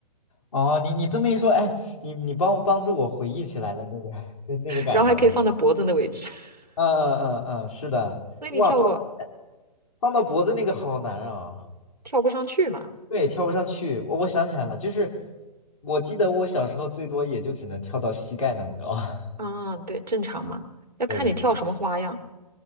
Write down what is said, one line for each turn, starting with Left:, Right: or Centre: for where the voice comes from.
Left: 哦，你你这么一说，哎，你你帮帮助我回忆起来了那个 <laughs> 那那个感觉了呀。
Right: 然后还可以放在脖子的位置。<laughs>
Left: 嗯嗯嗯嗯，是的，
Right: 所以你跳过
Left: 哇，放到放到脖子那个好难啊，
Right: 跳不上去嘛？
Left: 对，跳不上去。我我想起来了，就是我记得我小时候最多也就只能跳到膝盖那么高。<laughs>
Right: 啊，对，正常嘛，要看你跳什么花样。
Left: 对对